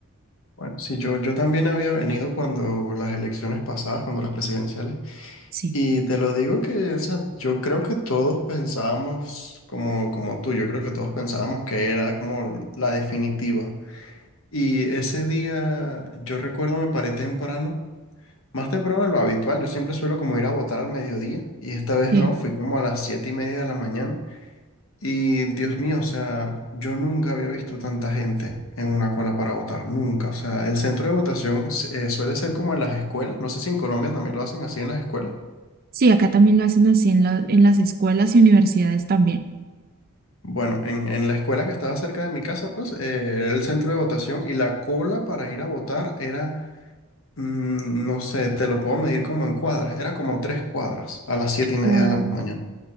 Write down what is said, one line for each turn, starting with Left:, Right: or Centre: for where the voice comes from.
Left: Bueno, sí, yo, yo también había venido cuando las elecciones pasadas, cuando las presidenciales,
Right: Sí.
Left: y te lo digo que, o sea, yo creo que todos pensábamos como, como tú, yo creo que todos pensábamos que era como la definitiva. Y ese día, yo recuerdo, me paré temprano, más temprano de lo habitual, yo siempre suelo como ir a votar al mediodía, y esta vez
Right: Sí,
Left: no, fui como a las siete y media de la mañana. Y Dios mío, o sea, yo nunca había visto tanta gente en una cola para votar, nunca. O sea, el centro de votación eh, suele ser como en las escuelas, no sé si en Colombia también lo hacen así en las escuelas.
Right: sí, acá también lo hacen así en la- en las escuelas y universidades también.
Left: Bueno, en, en la escuela que estaba cerca de mi casa, pues, eh, era el centro de votación y la cola para ir a votar era, mm, no sé, te lo puedo medir como en cuadras, era como tres cuadras a las siete y media
Right: Wow.
Left: de la mañana.